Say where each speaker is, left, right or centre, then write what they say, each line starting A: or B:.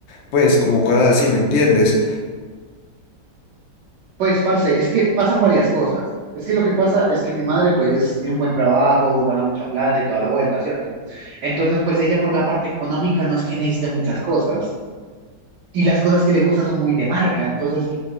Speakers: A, on the left; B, on the right.
A: pues como cosas así, ¿me entiendes?
B: Pues, parce, es que pasan varias cosas. Es que lo que pasa es que mi madre, pues, tiene un buen trabajo, gana mucha plata y toda la vuelta, ¿cierto? Entonces, pues, ella por la parte económica no es que necesite muchas cosas. Y las cosas que le gustan son muy de marca. Entonces,